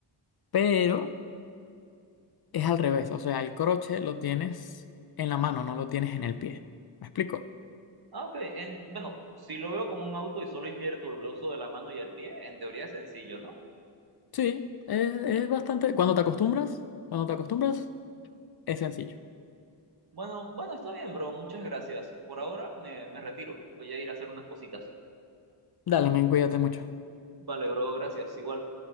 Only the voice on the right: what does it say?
Ah, ok. En- bueno, si lo veo como un auto y solo invierto el uso de la mano y el pie, en teoría es sencillo, ¿no?
Bueno, bueno, está bien, bro. Muchas gracias. Por ahora me, me retiro. Voy a ir a hacer unas cositas.
Vale, bro, gracias. Igual.